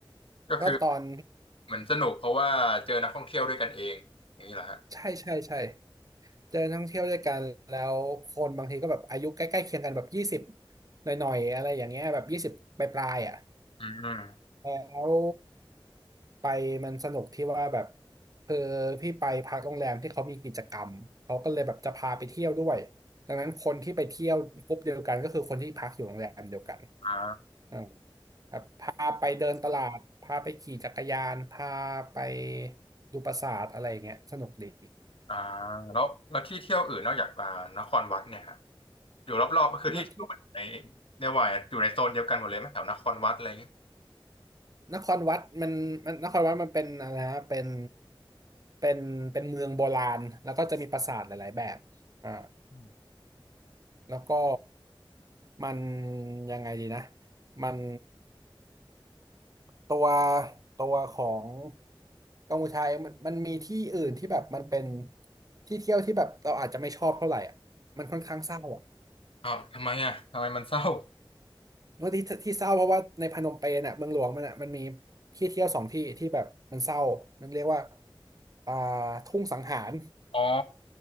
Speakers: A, on the left; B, on the right.
A: ก็คือ
B: ก็ตอน
A: เหมือนสนุกเพราะว่าเจอนักท่องเที่ยวด้วยกันเองอย่างนี้เหรอฮะ
B: ใช่ใช่ใช่เจอนักท่องเที่ยวด้วยกันแล้วคนบางทีก็แบบอายุใกล้ๆเคียงกันแบบยี่สิบหน่อยๆอะไรอย่างเงี้ยแบบยี่สิบปลายๆอ่ะ
A: อืม
B: แล้ว ไปมันสนุกที่ว่าแบบพือพี่ไปพักโรงแรมที่เขามีกิจกรรมเขาก็เลยแบบจะพาไปเที่ยวด้วยดังนั้นคนที่ไปเที่ยวกลุ่มเดียวกันก็คือคนที่พักอยู่โรงแรมเดียวกัน
A: อ่า
B: อ่าแบบพาไปเดินตลาดพาไปขี่จักรยานพาไปดูปราสาทอะไรอย่างเงี้ยสนุกดี
A: อ่าแล้วแล้วที่เที่ยวอื่นนอกจากอ่านครวัดเนี่ยครับอยู่รอบๆก็คือที่เที่ยวมันอยู่ใน
B: นที่
A: ในวัยอยู่ในโซนเดียวกันหมดเลยไหมแถวนครวัดอะไรอย่างงี้
B: นครวัดมันมันนครวัดมันเป็นอะไรนะเป็นเป็นเป็นเมืองโบราณแล้วก็จะมีปราสาทหลายๆแบบอ่า
A: อืม
B: แล้วก็มันยังไงดีนะมันตัวตัวของกัมพูชาเองมันมันมีที่อื่นที่แบบมันเป็นที่เที่ยวที่แบบเราอาจจะไม่ชอบเท่าไหร่อ่ะมันค่อนข้างเศร้าอ่ะ
A: อ้าวทำไมอ่ะทำไมมันเศร้า
B: เมื่อที่ที่เศร้าเพราะว่าในพนมเปญอ่ะเมืองหลวงมันอ่ะมันมีที่เที่ยวสองที่ที่แบบมันเศร้ามันเรียกว่าอ่าทุ่งสังหาร
A: อ๋อ